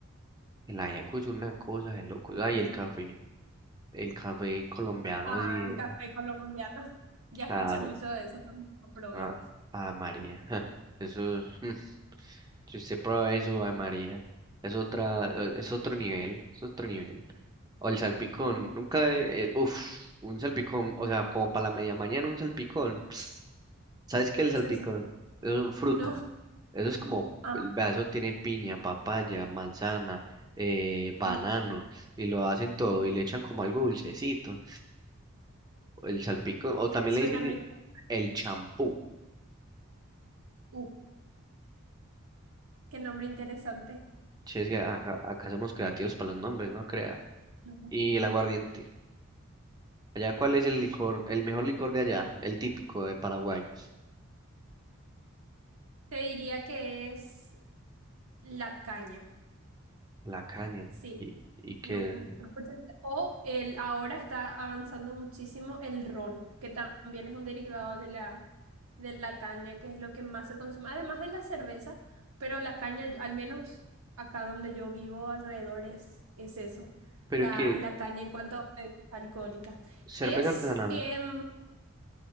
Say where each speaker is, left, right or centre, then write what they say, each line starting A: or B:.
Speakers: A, on the right (about 20°); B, on the right (about 80°).
A: El ajiaco es una cosa de loco. Ay, el café. El café colombiano,
B: Ah,
A: sí,
B: el
A: eh,
B: café colombiano. <laughs> Ya
A: claro.
B: escuché mucho de eso, pero nunca probé.
A: Ah, ah, María. <laughs> Eso es- <laughs> Si usted prueba eso, ay, María. Es otra, eh, es otro nivel. Es otro nivel. O el salpicón,
B: Mm,
A: nunca, eh, uff, un salpicón, o sea, como para la media mañana un salpicón. <sniffs> ¿Sabes qué es
B: ¿Qué
A: el salpicón?
B: es eso?
A: Eso
B: <laughs>
A: es fruta.
B: No.
A: Eso es como,
B: Ah,
A: el vaso tiene piña, papaya, manzana, eh, banano,
B: uh,
A: y lo hacen todo y le echan como algo dulcecito. El salpicón, o también
B: suena
A: le dicen
B: rico.
A: i- el champú.
B: Uh, qué nombre interesante.
A: Si es que acá, acá somos creativos para los nombres, no crea.
B: Ujú.
A: Y el aguardiente. Allá, ¿cuál es el licor, el mejor licor de allá? El típico de Paraguay.
B: Te diría que es la caña.
A: La caña.
B: Sí,
A: Y, y que,
B: No, no escuchaste. O el, ahora está avanzando muchísimo el ron, que también es un derivado de la, de la caña, que es lo que más se consume, además de la cerveza, pero la caña, yo- al menos acá donde yo vivo alrededor es, es eso,
A: pero
B: la,
A: que
B: la caña en cuanto a bebidas alcohólicas.
A: cerveza
B: Es
A: artesanal.
B: em,